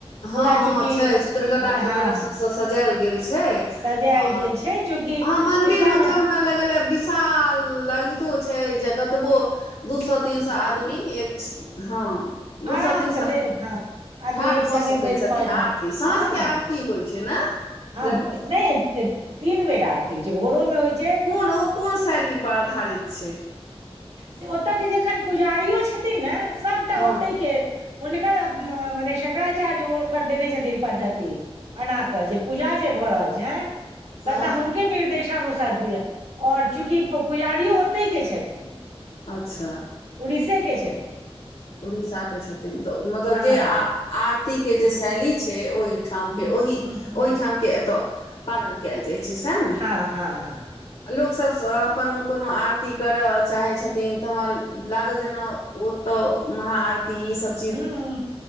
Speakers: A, on the left; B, on the right.
A: हँ
B: पूरा
A: हँ
B: चूँकि
A: छै चित्रकलाके
B: मि हँ
A: प्रदर्शनसभ
B: हँ
A: सजायल गेल छै
B: सजायल
A: आओर
B: गेल छै चूँकि
A: अहामंदिर
B: मिथिला
A: मतलब
B: मे
A: हमरा विशाल लगितो छै जे कतबो दू स तीन सए आदमी एक हँ दू
B: आरामसँ
A: सए तीन सए
B: दे हँ आज
A: ठाढ़
B: भी एक
A: भऽ
B: संग
A: सकैत
B: बस
A: छथिन
B: क ऐ ठ
A: आरती साँझके
B: हँ
A: आरती होइ छै ने
B: हँ नहि तीन बेर आरती होइ छै भोरो मे होइ छै
A: कोन ओ कोन शैली पर आधारित छै
B: जे ओतऽ केँ जे एखन पुजारियो छथिन नऽ सब
A: हँ
B: केँ हुनकर मने शंकराचार्य ओकर देने छथिन पद्धति बना कऽ जे पूजा जे भऽ रहल छैन सभटा
A: हँ
B: हुन केँ निर्देशानुसार पूजा आओर चूँकि पुजारियो ओते केँ छथिन
A: अच्छऽ
B: उड़ीसे केँ छथिन
A: उड़ीसा केँ छथिन तऽ मतलब
B: हँ
A: जे
B: हँ
A: आ आरती केँ जे शैली छै ओय ठाम
B: हूँ
A: ओहि
B: हूँ हूँ
A: ओहिठाम
B: हूँ
A: केँ एतय पालन कैल जाइ छै सैह नऽ
B: आ हँ हँ हँ
A: लोकसभसँ अपन कोनो आरती करऽ चाहै छथिन तऽ हमरा लागल जेना ओतऽ महाआरती ई सब चीज
B: हूँ